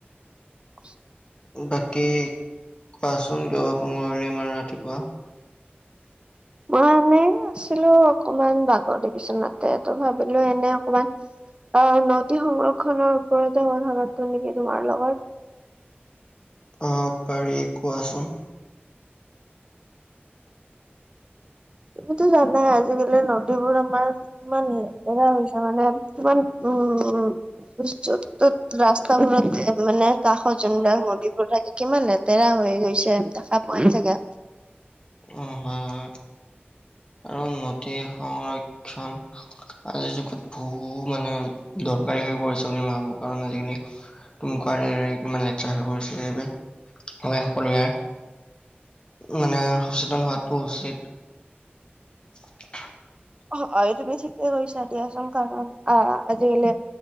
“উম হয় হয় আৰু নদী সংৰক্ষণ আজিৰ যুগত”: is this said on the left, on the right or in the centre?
Left